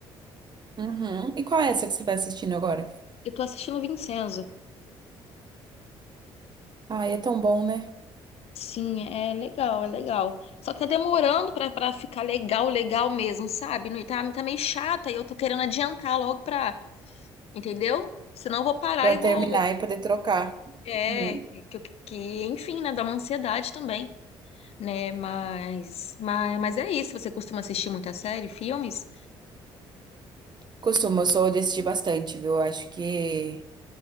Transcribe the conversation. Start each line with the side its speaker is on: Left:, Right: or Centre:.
Right: Uhum. E qual é essa que você vai assistindo agora?
Left: Eu tô assistindo Vincenzo.
Right: Ai, é tão bom, né?
Left: Sim, é legal, é legal. Só que tá demorando pra, pra ficar legal, legal mesmo, sabe? Não- Tá, tá meio chata e eu tô querendo adiantar logo pra. Entendeu? Senão eu vou parar
Right: Pra
Left: e vou.
Right: terminar e poder trocar.
Left: É,
Right: Uhum.
Left: que, que, que, enfim, né, dá uma ansiedade também, né, mas, mas, mas é isso, você costuma assistir muita série, filmes?
Right: Costumo, eu sou de assistir bastante, viu? Eu Acho que.